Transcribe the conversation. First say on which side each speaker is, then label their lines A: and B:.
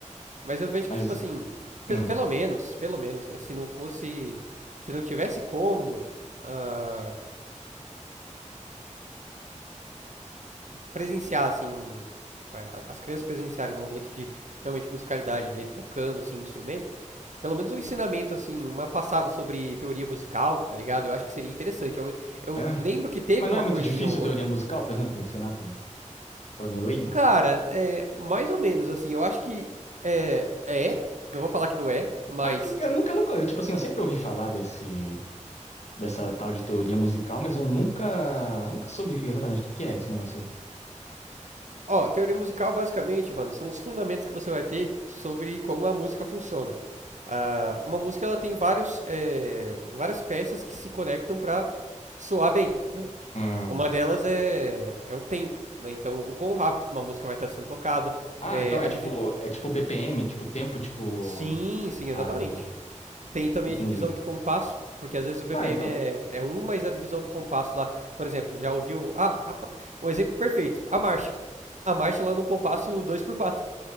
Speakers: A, on the right (about 70°); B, on the left (about 60°).
A: Mas eu vejo
B: Mas,
A: que, tipo assim,
B: hum,
A: pe- pelo menos, pelo menos, né? Se não fosse, se não tivesse como, ah, presenciar, assim, um- é, as crianças presenciarem um momento de realmente musicalidade ali, tocando, assim, o instrumento, pelo menos um ensinamento, assim, uma passada sobre teoria musical, tá ligado? Eu acho que seria interessante. Eu, eu
B: é.
A: lembro que teve
B: Mas não
A: uma
B: é muito
A: coisinha
B: difícil
A: ou outra.
B: teoria musical, por exemplo, pra ensinar pra, um- pra alguém leigo?
A: Cara, é, mais ou menos, assim, eu acho que é, é, não vou falar que não é, mas
B: Mas que eu, eu nunca, nunca, tipo assim, eu sempre ouvi falar desse, dessa tal de teoria musical, mas eu nunca, nunca soube exatamente o que que é esse negócio aí.
A: Ó, teoria musical basicamente, mano, são os fundamentos que você vai ter sobre como a música funciona. Ah, uma música ela tem vários, eh, várias peças que se conectam para soar bem, né?
B: Hum.
A: Uma delas é, é o tempo, né? Então, o quão rápido que uma música vai estar sendo tocada.
B: Ah,
A: eh,
B: então é
A: a
B: tipo,
A: divi-
B: é tipo BPM, tipo tempo, tipo...
A: Sim, sim,
B: Ah,
A: exatamente.
B: tá.
A: Tem também
B: Entendi.
A: a divisão de compasso, porque às vezes o BPM
B: Ah, então...
A: é, é um, mas a divisão do compasso lá, por exemplo, já ouviu. Ah, a pr- um exemplo perfeito, a marcha. A marcha lá no compasso dois por quatro.